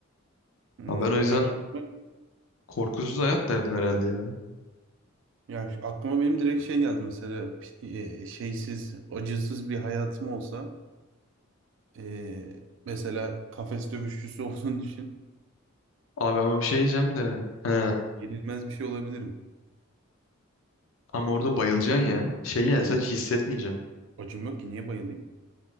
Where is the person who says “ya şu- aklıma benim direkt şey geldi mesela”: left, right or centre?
Right